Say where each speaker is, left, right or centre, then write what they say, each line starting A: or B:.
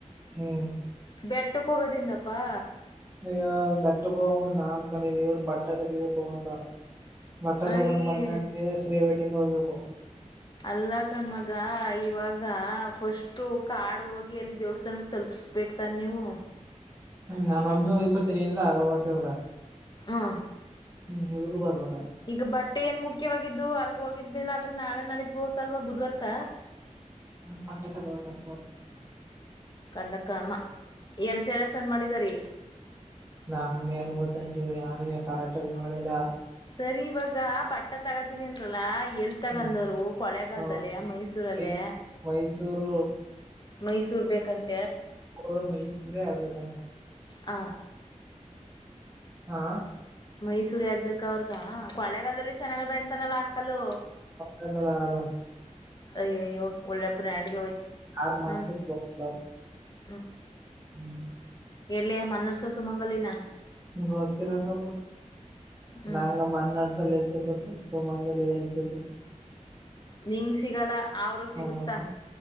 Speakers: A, on the right; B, on the left.
A: ಹ್ಮ್
B: ಬೆಟ್ಟಕ್ಕೆ ಹೋಗೋದಿಂದಪ್ಪಾ
A: ನೀ ಬೆಟ್ಟಕ ಹೋಗ್ ನಾನ್ ಗಣಿದೆ ಇವ್ರರು ಬಟ್ಟೆ ತೆಗಿಬೇಕು ಅಂತಾರ ಬಟ್ಟೆ
B: ಅಯ
A: ತಕೊಂಡ್ ಬಂದಟ್ಟಗೆ ಫ್ರೀ ವೆಡ್ಡಿಂಗ್ ಹೋಗ್ಬೇಕು
B: ಅಲ್ಲ ಕಣ್ಮಗ ಇವಾಗ ಫಸ್ಟು ಕಾಡು ಹೋಗಿ ಅಲ್ಲಿ ದೇವಸ್ಥಾನಕ್ಕೆ ತಲುಪಿಸ್ಬೇಕು ತಾನ ನೀವು
A: ನಾನು ಒಬ್ ಹೋಗಿ ಬತ್ತೀನಿ ಅಂದ್ರ ಆಗಲ್ವಂತವ್ರಗ
B: ಹ್ಮ
A: ಹ್ಮ್ ಇವರು ಬರ್ಬಾರು
B: ಈಗ ಬಟ್ಟೆ ಏನ್ ಮುಖ್ಯವಾಗಿದ್ದು ಅಲ್ಗ ಹೋಗಿದ್ಲೆ ಆದದ್ರ ನಾಳೆ ನಾಳಿದ ಹೋಗಕಲ್ವಾ ಬುಧ್ವಾರಕ
A: ಭಟ್ <unintelligible>
B: ಕನ್ನ ಕರ್ಮ ಏನ್ ಸೆಲೆಕ್ಷನ್ ಮಾಡಿದಿರಿ
A: ನಂಗೆ ಅನ್ ಗೊತ್ತಂತವ್ರ ಯನ್ ಕರೆಕ್ಟಗಳಿಲ್ಲ
B: ಸರಿ ಇವಾಗ ಬಟ್ಟೆ ತಗೋತೀವಿ ಅಂದ್ರಲ್ಲಾ ಎಲ್ ತಗಂದವರು
A: ಹ್ಮ್
B: ಕೊಳೆಗಾಲ
A: ಹ
B: ಅಲ್ಲೇ ಮೈಸೂರ
A: ಮೈಸ್
B: ಅಲ್ಲಾ
A: ಮೈಸೂರು
B: ಮೈಸೂರು ಬೇಕಂತ
A: ಕೊ ಮೈಸೂರೇ ಆಗ್ಬೇಕಂತ
B: ಹ
A: ಹಾ
B: ಮೈಸೂರಿ ಆಗ್ಬೇಕ ಅವ್ರಗ ಕೊಳೆಗಾಲದಲ್ಲಿ ಚೆನ್ನಾಗದ ತ್ತನ ಲ ಅಂಕಲು
A: ದಲ್ಲಿ ಆಗಲ್ವಂತ
B: ಅಯ್ಯ ಅಯ್ಯೋ ಒಳ್ಳೆ ಬ್ರ್ಯಾಂಡಗೆಯ್ತ
A: ಯಾರ್ ಮಾತ
B: ಹ್ಮ್
A: ಕೇಳಲ್ಲ ಹ್ಮ್
B: ಎಲ್ಲಿಯ ಮನ್ನರ್ಸ ಸುಮಂಗಲಿ ನಾ
A: ಗೊರ್ತ್ತೀರಬ
B: ಹ್ಮ್
A: ನಂಗ ಮನ್ನಾಸಲ್ಲ ಇ ಸಿಕ್ಕು ಸೋಮಂಗಲಲ್ಲಿ ಸಿಕ್ಕು
B: ನಿಂಗ ಸಿಗಲ್ಲ ಅವ್ರ ಸಿಗುತ್ತಾ
A: ಮತ್ತೆ